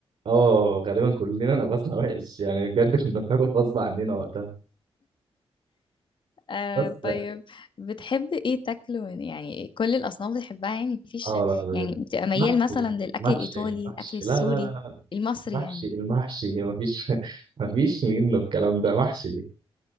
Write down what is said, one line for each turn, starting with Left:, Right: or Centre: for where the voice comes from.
Right: اه غالبا كلنا نفسنا وحش يعني بجد كنا بناكل غصب عننا وقتها
Left: آه
Right: بس
Left: طيب
Right: اه
Left: بتحب ايه تاكله من- يعني كل الاصناف بتحبها يعني مفيش
Right: آه، لا بجد
Left: يعني بتبقى ميال
Right: محشي
Left: مثلا للاكل
Right: محشي
Left: الايطالي
Right: محشي
Left: الاكل السوري
Right: لا لا لا لا
Left: المصري
Right: محشي
Left: يعني
Right: المحشي مفيش <laughs> مفيش منه الكلام ده محشي